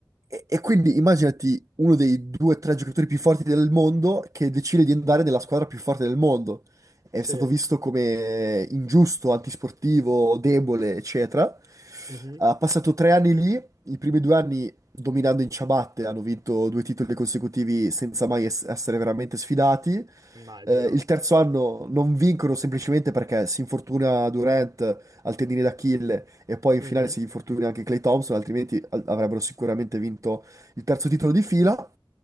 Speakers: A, on the right; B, on the right.
A: E, e quindi immaginati uno dei due o tre giocatori più forti del mondo che decide di andare nella squadra più forte del mondo. È
B: Sì.
A: stato visto come ingiusto, antisportivo, debole, eccetera.
B: Mhm.
A: Ha passato tre anni lì, i primi due anni dominando in ciabatte, hanno vinto due titoli consecutivi senza mai es- essere veramente sfidati.
B: immagino.
A: Eh, il terzo anno non vincono semplicemente perché si infortuna Durant al tendine d'Achille e poi in
B: Mhm.
A: finale si infortuna anche Clay Thompson, altrimenti a- avrebbero sicuramente vinto il terzo titolo di fila.